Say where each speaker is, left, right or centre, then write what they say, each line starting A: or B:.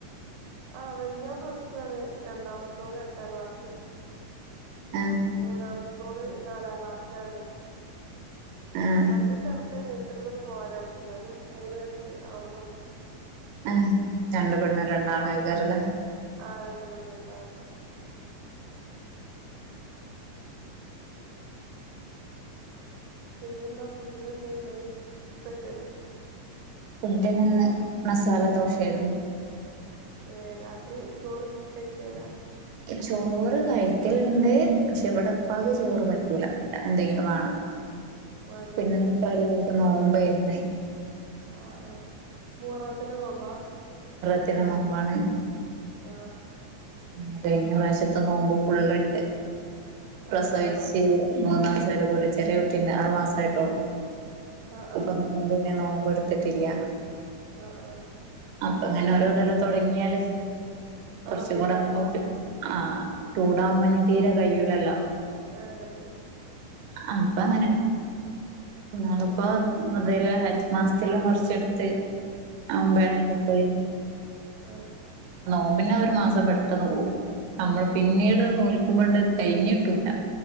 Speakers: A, on the right (about 70°); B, on the right (about 85°).
A: ആ വല്യോൻ പ്ലസ്ടുആണ് രണ്ടാമത്തോള് എട്ടാം ക്ലാസ്.
B: ആഹ്
A: മൂന്നാമത്തോള് നാലാം ക്ലാസ്സിലാണ്.
B: ആഹ്
A: മറ്റേ ചേർത് നഴ്സറിലൊന്നും പോവാനായിട്ടില്ല ഓന് മൂന്ന് വയസ്സ് ആവ്ണ
B: ആ രണ്ട് പെണ്ണും രണ്ടാണയ്കാരംലേ?
A: ആഹ് രണ്ട് പെണ്ണും രണ്ടാണും പിന്നെന്താ ഫുഡിനെന്താണ്ടയന് സ്പെഷ്യല്?
B: ഫുഡിനിന്ന് മസാല ദോശായിരുന്നു.
A: ഏ രാത്രി ചോറും കഴിക്കിയേല്ല
B: ചോറ് കഴിക്കലുണ്ട് ക്ഷെ ഇവിടെപ്പാക്ക് ചോറ് പറ്റൂല എന്തെങ്കിലും വാണം.
A: വേണല്ലേ
B: പിന്നെന്ന്പ്പല്ലാവർക്കും നോമ്പയ്രുന്നേ.
A: ആ ആ മുഹറത്തിന്റെ നോമ്പാ?
B: ത്തിന്റെ നോമ്പാണ്.
A: ആ
B: പിന്നെ കഴിഞ്ഞ പ്രാവശ്യത്തെ നോമ്പ് ഫുള്ളുണ്ട്
A: ആഹ്
B: പ്രസവിച്ച്
A: ആഹ്
B: മൂന്നാ സമായിട്ട് കുളിച്ചെറെ വെക്കണ്ട് ആറു മാസമായിട്ടുള്ളൂ
A: ആഹ്
B: ഇപ്പൊ നോമ്പന്നെ നോമ്പ് കൊട്ത്തിട്ടില്ല.
A: ആ ആ.
B: അപ്പൊങ്ങനെ ഓരോതല തൊടങ്ങിയാല്
A: ആഹ്
B: <unintelligible>
A: വീട്ടാണ്ടാവും
B: ആ ചൂടാവുമ്പോ തീരെ കഴൂലല്ലോ.
A: ആ കഴിയൂല.
B: അപ്പൊങ്ങനെ ന്നാളിപ്പോ
A: ആഹ്
B: ദിൽഹിജ് മാസത്തിലും കൊറച്ച്ട്ത്ത്. അമ്പണ്ണട്ത്തു.
A: ആ
B: നോമ്പന്നെരു മാസം പെട്ടെന്ന് പോവും നമ്മള് പിന്നീട്
A: ഉം ഉം
B: നോൽക്കുമ്പോണ്ട് കഴിഞ്ഞിട്ടൂല.